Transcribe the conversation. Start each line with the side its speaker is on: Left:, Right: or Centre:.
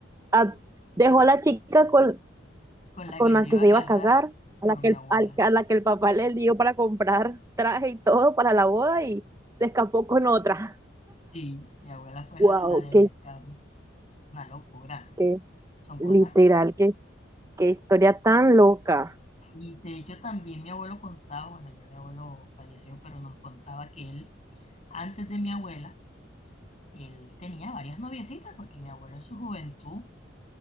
Right: a- dejó a la chica con,
Left: con la
Right: con
Left: que
Right: la
Left: se iba
Right: que se
Left: a
Right: iba
Left: casar
Right: a casar,
Left: por
Right: a la
Left: mi
Right: que el,
Left: abuela.
Right: al- a la que el papá le dio para comprar traje y todo para la boda y se escapó con otra.
Left: Sí, mi abuela fue
Right: Wow,
Left: la, la del
Right: qué,
Left: escape. Una locura.
Right: qué
Left: Son
Right: literal,
Left: cosas.
Right: qué, qué historia tan loca.
Left: Sí, de hecho también mi abuelo contaba, bueno, ya mi abuelo falleció, pero nos contaba que él Antes de mi abuela, él tenía varias noviecitas porque mi abuelo en su juventud